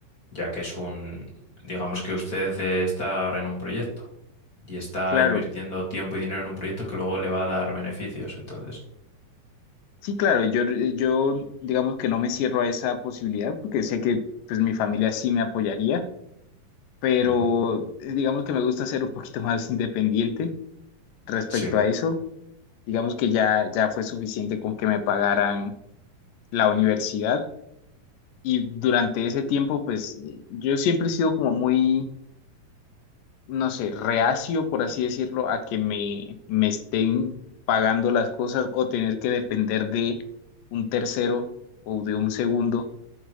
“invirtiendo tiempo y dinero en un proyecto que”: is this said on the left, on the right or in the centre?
Left